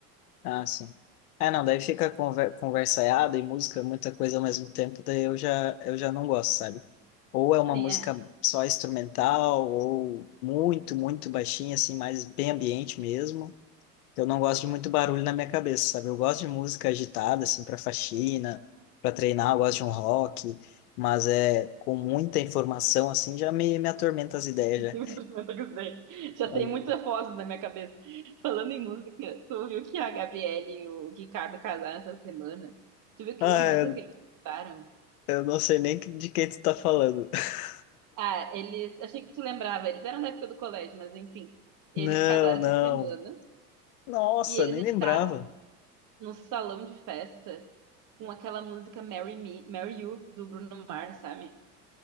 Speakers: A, on the left (about 65°); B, on the right (about 40°).
A: Ah, sim. É, não, daí fica conver conversaiada e música, muita coisa ao mesmo tempo, daí eu já, eu já não gosto, sabe? Ou é uma
B: Sim,
A: música
B: é.
A: só instrumental, ou muito, muito baixinha, assim, mais bem ambiente mesmo. Eu não gosto de muito barulho na minha cabeça, sabe? Eu gosto de música agitada, assim, para faxina, para treinar, eu gosto de um rock, mas é com muita informação, assim, já me, me atormenta as ideias,
B: <laughs>
A: já.
B: Primeiro eu sei. Já
A: <laughs>
B: tem muita foto na minha cabeça. Falando em música, tu viu que a Gabriele e o Ricardo casaram essa semana? Tu viu que
A: Ah,
B: a música
A: eu,
B: que eles participaram?
A: eu não sei nem de quem tu tá falando. <laughs>
B: Ah, eles. Achei que tu lembrava, eles eram da época do colégio, mas enfim. Eles
A: Não,
B: casaram
A: não.
B: essa semana
A: Nossa,
B: e eles
A: nem lembrava.
B: entraram no salão de festa com aquela música Marry Me, Marry You, do Bruno Mars, sabe?